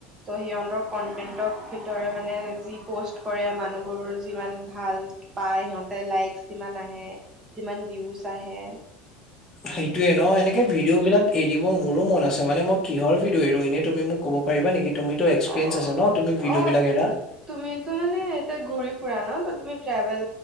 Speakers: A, on the right (about 20°); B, on the left (about 15°).
A: ত' সিহঁতৰ কন্টেন্টক ভিতৰে মানে যি প'ষ্ট কৰে মানুহবোৰ যিমান ভাল পায় সিহঁতে লাইক যিমান আহে যিমান ভিউজ আহে
B: সেইটোয়ে ন' এনেকে ভিডিঅ' বিলাক এৰিব মোৰো মন আছে মানে মই কিহৰ ভিডিঅ এৰো ইনে তুমি মোক ক'ব পাৰিবা নেকি? তুমিতো এক্সপিৰিয়েঞ্চ
A: অহ
B: আছে ন তুমি ভিডিঅ'
A: -অহ
B: বিলাক এৰা
A: তুমিতো মানে এতিয়া ঘূৰি পুৰা ন' ত ' তুমি ট্ৰেভেল